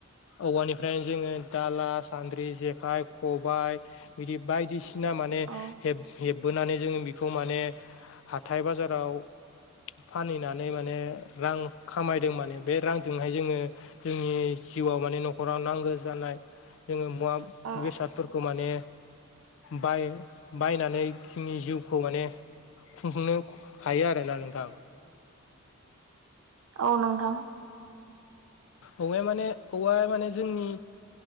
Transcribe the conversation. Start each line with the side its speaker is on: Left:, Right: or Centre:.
Left: औवानिफ्रायनो जोङो दाला सान्द्रि जेखाय खबाय बिदि बायदिसिना माने
Right: औ
Left: हेब हेब बोनानै जोङो बिखौ माने हाथाइ बाजाराव फानहैनानै माने रां खामायदों माने बे रांजोंहाय जोङो जोंनि जिउआव माने न'खराव नांगौ जानाय जोङो मुवा
Right: औ
Left: बेसादफोरखौ माने बाय बायनानै जोंनि जिउखौ माने खुंफुंनो हायो आरोना नोंथां।
Right: <inaudible> औ नोंथां
Left: औवाया माने औवाया माने जोंनि